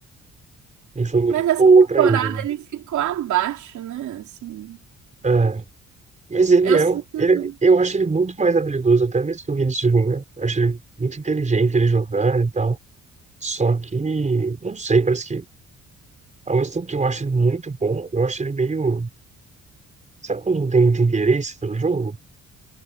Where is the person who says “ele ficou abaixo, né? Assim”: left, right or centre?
Right